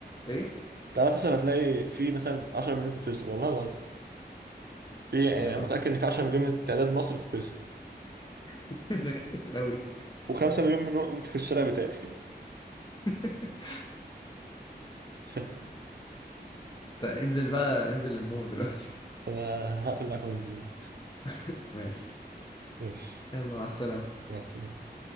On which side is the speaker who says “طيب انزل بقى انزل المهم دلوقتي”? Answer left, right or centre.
Left